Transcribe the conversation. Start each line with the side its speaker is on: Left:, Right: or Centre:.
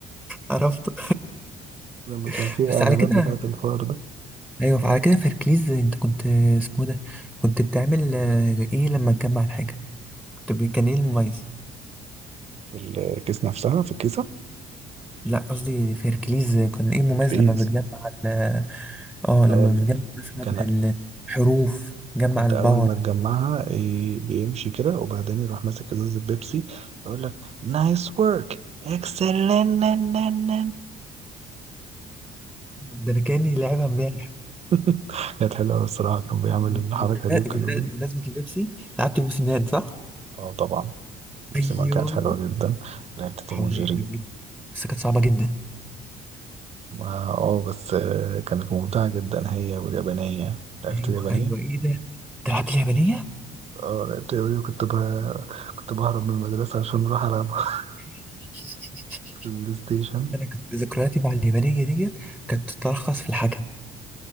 Centre: عرفته
Right: لما
Centre: <laughs>
Right: كان في اعلانات
Centre: بس على كده
Right: بتاعة الفار ده
Centre: ايوه على كده في هركليز انت كنت اسمه ده كنت بتعمل آه، ايه لما تجمع الحاجه كنت ب- كان ايه المميز
Right: في الكيس نفسها في الكيسة
Centre: لا قصدي في هركليز كان ايه المميز
Right: كيس
Centre: لما بتجمع ال- اه
Right: هقول
Centre: لما بتجمع
Right: لك
Centre: مثلا
Right: كان
Centre: الحروف جمع
Right: كنت
Centre: الباور
Right: اول ما تجمعها إيه، بيمشي كده وبعدين يروح ماسك ازازة بيبسي اقول لك نايس ورك اكسلنت
Centre: ده انا كاني لعبها امبارح
Right: <laughs> كانت حلوه أوي الصراحه كان بيعمل
Centre: بمنا-
Right: الحركه دي وكان
Centre: بمناسبة البيبسي لعبت بيبسي مان صح؟
Right: اه طبعا نفس
Centre: ايوه
Right: ما كانت حلوة جدا لعبت توم
Centre: حول
Right: وجيري
Centre: الله، حلوة جدا بس كانت صعبة جدا
Right: ما- اه بس آه، كانت ممتعة جدا هي واليابانية لعبت
Centre: ايوه
Right: اليابانية
Centre: ايوه ايه ده؟ تلعب اليابانية؟
Right: اه لعبت اليابانية وكنت ب... كنت بهرب من المدرسة عشان أروح ألعب <laughs>
Centre: <laughs>
Right: في البلاي ستيشن
Centre: انا كنت ذكرياتي مع اليابانية ديت كانت تتلخص في الحكم